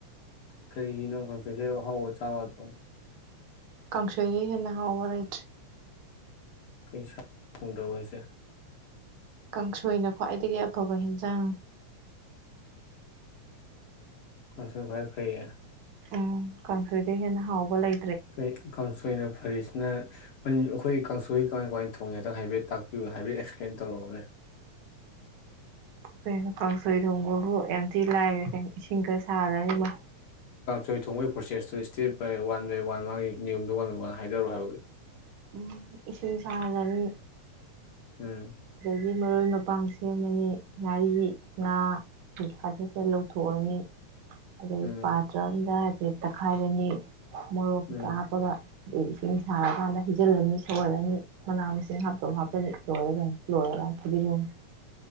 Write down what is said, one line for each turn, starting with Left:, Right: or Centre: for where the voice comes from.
Left: ꯀꯔꯤꯒꯤꯅꯣ ꯀꯥꯡꯁꯣꯏ ꯆꯥꯏꯕꯣ ꯍꯥꯎꯕ ꯆꯥꯎ ꯌꯥꯗꯔꯣ
Right: ꯀꯥꯡꯁꯣꯏꯗꯒꯤ ꯍꯦꯟꯅ ꯍꯥꯎꯕ ꯂꯩꯠꯔꯦ
Left: ꯀꯩꯁꯥ ꯐꯟꯗꯕꯁꯦ
Right: ꯀꯥꯡꯁꯣꯏꯅ ꯈ꯭ꯋꯥꯏꯗꯒꯤ ꯑꯐꯕ ꯌꯦꯟꯁꯥꯡ
Left: ꯀꯥꯡꯁꯣꯏ ꯈꯨꯏ ꯐꯩꯌꯦ
Right: ꯎꯝ ꯀꯥꯡꯁꯣꯏꯗꯩꯩ ꯍꯦꯟꯅ ꯍꯥꯎꯕ ꯂꯩ
Left: ꯀꯩ ꯀꯥꯡꯁꯣꯏꯅ ꯐꯔꯤꯁꯤꯅ ꯑꯩꯈꯣꯏ ꯀꯥꯡꯁꯣꯏꯒꯤ ꯀꯃꯥꯏ ꯀꯃꯥꯏ ꯊꯣꯡꯒꯦ ꯍꯥꯏꯐꯦꯠ ꯇꯥꯛꯄꯤꯌꯨ ꯍꯥꯏꯐꯦꯠ ꯑꯦꯛꯁꯄ꯭ꯂꯦꯟ ꯇꯧꯔꯛꯑꯣꯅꯦ
Right: ꯀꯩꯅꯣ ꯀꯥꯡꯁꯣꯏ ꯊꯣꯡꯕꯕꯨ ꯌꯥꯝ ꯊꯤ ꯂꯥꯏꯔꯦ ꯀꯩꯅꯣ ꯏꯁꯤꯡ ꯈꯔꯥ ꯁꯍꯜꯂꯅꯤ
Left: ꯀꯩ ꯊꯣꯡ ꯄꯔꯣꯁꯦꯁꯇ꯭ꯣ step by one by one ꯃꯥꯒꯤ ꯅꯤꯌꯣꯝꯗꯨꯣ ꯋꯥꯟ ꯕꯥꯏ ꯋꯥꯅ ꯍꯥꯏꯗꯔꯣ ꯍꯥꯏꯕ
Right: ꯎꯝ ꯏꯁꯤꯡ ꯁꯥꯍꯜꯂꯅꯤ
Left: ꯎꯝ
Right: ꯑꯗꯩꯩ ꯃꯔꯣꯏ ꯃꯄꯥꯡ ꯁꯦꯝꯃꯅꯤ ꯉꯥꯔꯤ ꯉꯥ ꯍꯥꯏꯐꯦꯠ ꯐꯦꯠ ꯂꯧꯊꯣꯛꯑꯅꯤ ꯑꯗꯩꯩ
Left: ꯎꯝ
Right: ꯄꯇꯔꯥ ꯑꯃꯗ ꯇꯦ ꯇꯛꯈꯥꯏꯔꯅꯤ ꯃꯣꯔꯣꯛ ꯀꯩꯀꯥ
Left: ꯎꯝ
Right: ꯍꯞꯄꯒ ꯑꯗꯩ ꯏꯁꯤꯡ ꯁꯥꯔꯀꯥꯟꯗ ꯍꯩꯖꯤꯜꯂꯅꯤ ꯁꯧꯍꯜꯂꯅꯤ ꯃꯅꯥ ꯃꯁꯤꯡ ꯍꯥꯞꯇꯧ ꯍꯞꯄꯅꯤ ꯂꯣꯏꯔꯦ ꯀꯩꯅꯣ ꯂꯣꯏꯔꯒꯥ ꯐꯗꯤꯒꯣꯝ